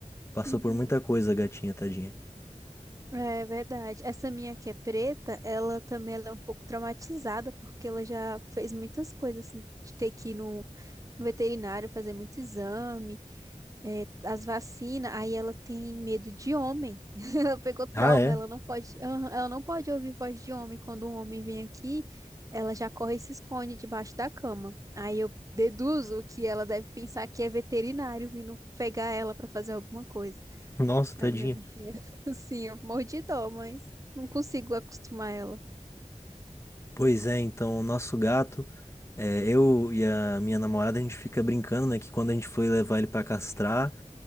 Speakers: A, on the left (about 20°); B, on the right (about 25°).
A: passou
B: Uhum.
A: por muita coisa a gatinha, tadinha.
B: É verdade. Essa minha que é preta, ela também ela é um pouco traumatizada, porque ela já fez muitas coisas, assim, de ter que ir no, no veterinário fazer muito exame. é, as vacinas, aí ela tem medo de homem. <laughs> Ela pegou trauma,
A: Ah, é?
B: ela não pode, aham, ela não pode ouvir voz de homem. Quando um homem vem aqui, ela já corre e se esconde debaixo da cama. Aí eu deduzo que ela deve pensar que é veterinário vindo pegar ela para fazer alguma coisa.
A: Nossa, tadinha.
B: Aí meu bichinho, <laughs> assim, eu morro de dó, mas não consigo acostumar ela.
A: Pois é, então, o nosso gato, é, eu e a minha namorada, a gente fica brincando, né, que quando a gente foi levar ele pra castrar,